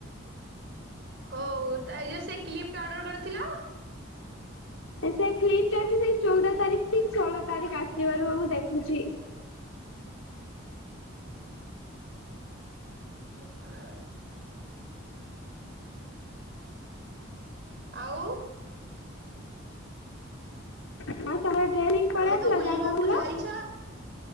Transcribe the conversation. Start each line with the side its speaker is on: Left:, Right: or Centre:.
Right: ହଉ ତା ଇଏ ସେ କ୍ଲିପ୍ ଟା ଅର୍ଡର କରିଥିଲା?
Left: ସେ କ୍ଲିପ୍ଟ ଟା ବି ସେଇ ଚଉଦ ତାରିଖ କି ଷୋହଳ ତାରିଖ ଆସିବ ରୁହ ମୁଁ ଦେଖୁଛି।
Right: <inaudible> ଆଉ
Left: ହଁ ତମେ ଡ୍ରେନିଂ ପଳେଇ
Right: ତମେ
Left: ଆସିଲ
Right: ତ ବୁଲିବାକୁ
Left: ଯାହା କହୁଥିଲ।
Right: ଯାଇଛ